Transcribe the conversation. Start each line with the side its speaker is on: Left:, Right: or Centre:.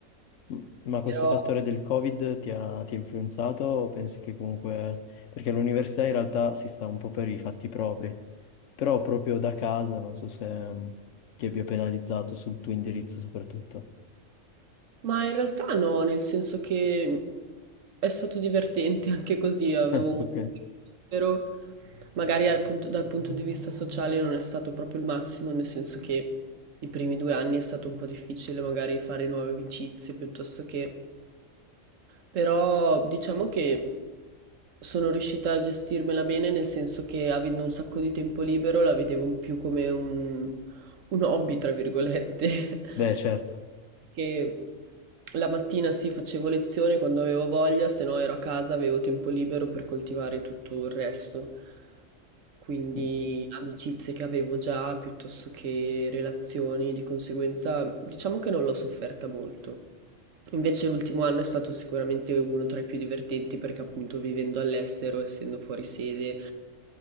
Left: M- Ma questo
Right: Però,
Left: fattore del Covid ti ha, ti ha influenzato o pensi che comunque... Perché l'università in realtà si sta un po' per i fatti propri, però proprio da casa non so se mm, ti abbia penalizzato sul tuo indirizzo soprattutto.
Right: ma in realtà no, nel senso che è stato divertente <laughs> anche così, avevo molto
Left: Ok,
Right: libero. Magari al punto- dal punto di vista sociale non è stato proprio il massimo, nel senso che i primi due anni è stato un po' difficile magari fare nuove amicizie piuttosto che... Però diciamo che sono riuscita a gestirmela bene, nel senso che avendo un sacco di tempo libero la vedevo più come un, un hobby, tra virgolette,
Left: beh certo,
Right: <laughs> che la mattina sì facevo lezione quando avevo voglia, se no ero a casa, avevo tempo libero per coltivare tutto il resto. Quindi
Left: Mm,
Right: amicizie che avevo già piuttosto che relazioni, di conseguenza diciamo che non l'ho sofferta molto. Invece l'ultimo anno è stato sicuramente uno tra i più divertenti perché appunto vivendo all'estero, essendo fuori sede,